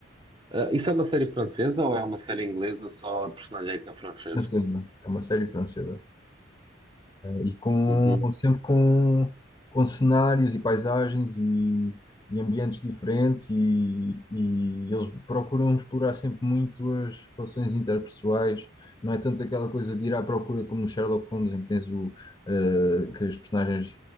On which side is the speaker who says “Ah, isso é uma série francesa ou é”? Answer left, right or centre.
Right